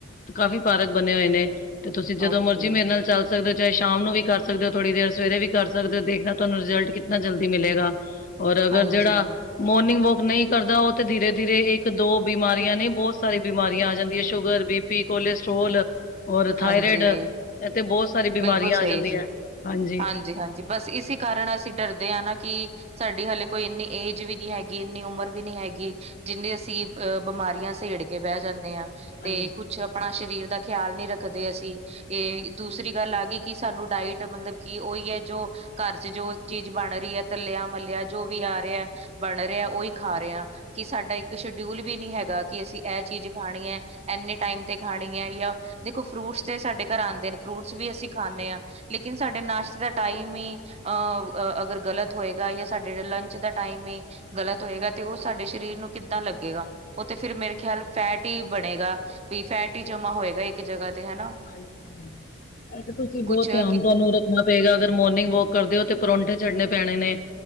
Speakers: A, on the left (about 40°); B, on the right (about 30°).
A: ਕਾਫ਼ੀ ਪਾਰਕ ਬਣੇ ਹੋਏ ਨੇ। ਤੇ ਤੁਸੀਂ ਜਦੋਂ
B: ਓਕੇ
A: ਮਰਜ਼ੀ ਮੇਰੇ ਨਾਲ ਚੱਲ- ਸਕਦੇ ਹੋ ਚਾਹੇ ਸ਼ਾਮ ਨੂੰ ਵੀ ਕਰ ਸਕਦੇ ਹੋ ਥੋੜੀ ਦੇਰ ਸਵੇਰੇ ਵੀ ਕਰ ਸਕਦੇ ਹੋ ਦੇਖਣਾ ਤੁਹਾਨੂੰ ਰਿਜਲਟ ਕਿਤਨਾ ਜਲਦੀ ਮਿਲੇਗਾ। ਔਰ ਅਗਰ
B: ਹਾਂਜੀ
A: ਜਿਹੜਾ ਮੋਰਨਿੰਗ ਵੋਕ ਨਹੀਂ ਕਰਦਾ ਉਹ ਤੇ ਧੀਰੇ- ਧੀਰੇ ਇੱਕ- ਦੋ ਬਿਮਾਰੀਆਂ ਨਈ ਬਹੋਤ ਸਾਰੀ ਬਿਮਾਰੀਆਂ ਆ ਜਾਂਦੀਆਂ। ਸ਼ੂਗਰ ਬੀ ਪੀ ਕੋਲੇਸਟ੍ਰੋਲ ਔਰ
B: ਹਾਂਜੀ
A: ਥਾਇਰਇਡ ਇਥੇ ਬੋਤ ਸ ਸਾਰੀ
B: ਬਿਲਕੁਲ
A: ਬਿਮਾਰੀਆਂ ਆ
B: ਸਹੀ
A: ਜਾਂਦੀਆਂ ਏ, ਹਾਂਜੀ।
B: ਹਾਂਜੀ-ਹਾਂਜੀ ਜੀ ਬਸ ਇਸੀ ਕਾਰਨ ਅਸੀਂ ਡਰਦੇ ਆ ਨਾ ਕਿ ਸਾਡੀ ਹਲੇੇ ਕੋਈ ਇੰਨੀ ਏਜ ਵੀ ਨੀ ਹੈਗੀ ਇੰਨੀ ਉਮਰ ਵੀ ਨੀ ਹੈਗੀ। ਜਿੰਨੀ ਅਸੀਂ ਅਹ ਬਿਮਾਰੀਆਂ ਸੇੜ ਕੇ ਬਹਿ ਜਾਂਦੇ ਆ। ਤੇ
A: ਹਾਂਜੀ
B: ਕੁਛ ਆਪਣਾ ਸਰੀਰ ਦਾ ਖਿਆਲ ਨੀ ਰੱਖਦੇ ਅਸੀਂ ਇਹ ਦੂਸਰੀ ਗੱਲ ਆ ਗਈ ਕਿ ਸਾਨੂੰ ਡਾਇਟ ਮਤਲਬ ਕਿ ਉਹੀ ਐ ਜੋ ਘਰ ਚ ਜੋ ਚੀਜ਼ ਬਣ ਰਹੀ ਐ ਤੱਲਿਆ- ਮੱਲਿਆ ਜੋ ਵੀ ਆ ਰਿਹਾ, ਬਣ ਰਿਹਾ ਉਹੀ ਖਾ ਰਿਹਾ ਆ। ਕਿ ਸਾਡਾ ਇੱਕ ਸ਼ਡਿਊਲ ਵੀ ਨੀ ਹੈਗਾ ਕਿ ਅਸੀਂ ਇਹ ਚੀਜ਼ ਖਾਣੀ ਐ। ਇੰਨੇ ਟਾਈਮ ਤੇ ਖਾਣੀ ਐ ਜਾਂ ਦੇਖੋ ਫਰੂਟਸ ਤੇ ਸਾਡੇ ਘਰ ਆਦੇ ਨੇ ਫਰੂਟ ਸ ਵੀ ਅਸੀਂ ਖਾਂਦੇ ਆ ਲੇਕਿਨ ਸਾਡੇ ਨਾਸ਼ਟ ਦਾ ਟਾਈਮ ਈ ਅ ਅਗਰ ਗਲਤ ਹੋਏਗਾ ਜਾਂ ਸਾਡੇ ਜਿਹ ਲੰਚ ਦਾ ਟਾਈਮ ਈ ਗ਼ਲਤ ਹੋਏਗਾ ਤੇ ਉਹ ਸਾਡੇ ਸਰੀਰ ਨੂੰ ਕਿੱਦਾਂ ਲੱਗੇਗਾ। ਉਹ ਤੇ ਫੇਰ ਮੇਰੇ ਖਿਆਲ ਫੈਟ ਹੀ ਬਣੇਗਾ ਵੀ ਫੈਟ ਹੀ ਜਮਾ ਹੋਏਗਾ ਇੱਕ ਜਗਾ ਤੇ ਹੈਨਾ।
A: ਹਾਂ ਇੱਕ ਤਾਂ ਤੁਸੀਂ
B: ਕੁਛ
A: ਬੋਤ ਧਿਆਨ
B: ਕਿ
A: ਥੋਹਾਨੂੰ ਰਖ ਣਾ ਪਏਗਾ ਅਗਰ ਮੋਰਨਿੰਗ ਵੋਕ ਕਰਦੇ ਹੋ ਤੇ ਪਰੌਂਠੇ ਛੱਡਣੇ ਪੈਣੇ ਨੇ